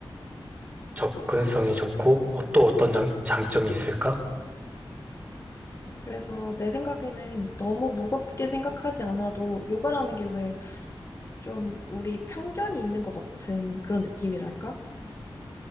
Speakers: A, on the right (about 15°); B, on the left (about 30°).
A: 접근성이 좋고, 어, 또 어떤 장, 장점이 있을까?
B: 그래서 내 생각에는 너무 무겁게 생각하지 않아도 요가라는 게 왜 좀 우리 편견이 있는 것 같은 그런 느낌이랄까?